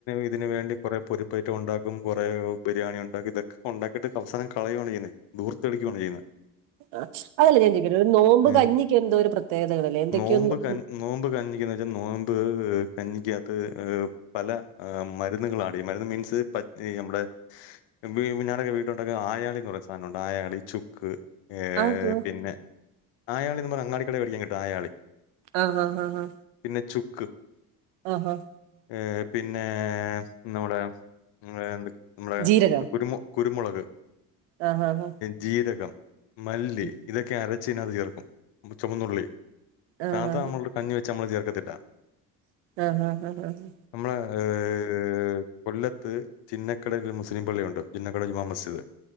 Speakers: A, on the left; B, on the right.
A: ഇതിന് വേണ്ടി കൊറെ പൊരിപ്പേറ്റ്കളുണ്ടാക്കും കൊറേ ബിരിയാണി ഒണ്ടാക്കും ഇതൊക്കെ ഒണ്ടാക്കിട്ട് അവസാനം കളയുവാണ് ചെയ്യുന്നേ ദൂർത്തടിക്കുവാണ് ചെയ്യുന്നെ
B: ആ അതല്ല ഞാൻ ചോയിക്കട്ടെ ഒരു നോമ്പ്
A: ഏഹ്
B: കഞ്ഞിക്ക് എന്തോ ഒരു പ്രത്യേകതകളല്ലേ എന്തൊക്കെയൊന്ന്
A: നോമ്പ് ക
B: ഒ
A: നോമ്പ് കഞ്ഞിക്കന്ന് വെച്ചാൽ നോമ്പ്ഏഹ് കഞ്ഞിക്കകത്ത് ഏഹ് പല ആഹ് മരുന്നുകൾ ആഡ് ചെയ്യും മരുന്ന് മീൻസ് പത് ഈ നമ്മുടെ വി ഞാനൊക്കെ വീട്ടിൽ ഉണ്ടാക്കുന്ന അയാളിന്ന് പറയ സാധനമുണ്ട് അയാളി ചുക്ക് ഏ
B: അതോ
A: പിന്നെ അയാളി എന്ന് പറഞ് അങ്ങാടികടയിൽ മേടിക്കാൻ കിട്ടും അയാളി
B: ആഹ് ആഹ് ആഹ് ആഹ്
A: പിന്നെ ചുക്ക്
B: ആഹ് ആഹ്
A: ഏഹ് പിന്നെഹ് നമ്മുടെ നമ്മുടെ എന്ത്‌ നമ്മുടെ എന്ത്
B: ജീരകം
A: കുരുമു കുരുമുളക്
B: ആഹ് ആഹ് ആഹ്
A: ജീരകം മല്ലി
B: ഉം.
A: ഇതൊക്കെ അരച്ച് ഇതിനകത്ത് ചേർക്കും ചുവന്നുള്ളി
B: ആഹ്
A: സാധാ നമ്മലൊരു കഞ്ഞി വെച്ച മ്മള് ചേർക്കത്തില്ല
B: ആഹ് ആഹ് ആഹ് ആഹ്
A: നമ്മളെ ഏഹ് കൊല്ലത്ത് ചിന്നക്കടയിൽ ഒരു മുസ്ലിം പള്ളിയുണ്ട് ചിന്നക്കട ജുമാ മസ്ജിദ്